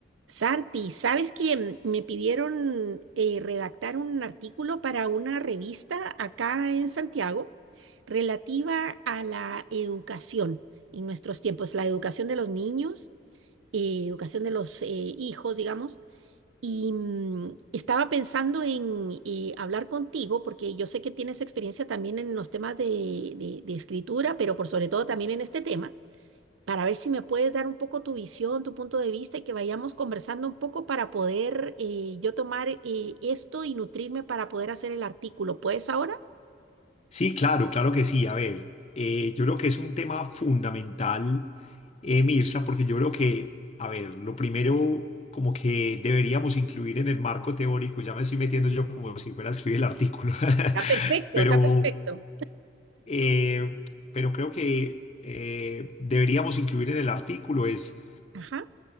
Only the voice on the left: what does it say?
Sí, claro, claro que sí. A ver, eh, yo creo que es un tema fundamental, eh, Mirza, porque yo creo que, a ver, lo primero como que deberíamos incluir en el marco teórico, ya me estoy metiendo yo como si fuera a escribir el artículo, <laughs>
pero,
eh, pero creo que eh, deberíamos incluir en el artículo es